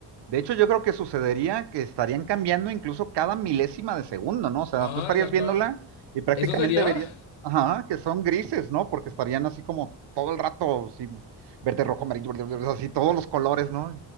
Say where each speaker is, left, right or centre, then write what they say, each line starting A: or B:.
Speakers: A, on the right (about 60°); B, on the left (about 80°).
A: De hecho, yo creo que sucedería que estarían cambiando incluso cada milésima de segundo, ¿no? O sea,
B: Ajá,
A: tú estarías
B: exacto.
A: viéndola y prácticamente
B: Eso sería,
A: verías, ajá, que son grises, ¿no? Porque estarían así como todo el rato, sí, verde, rojo, amarillo, verde, verde, así todos los colores, ¿no?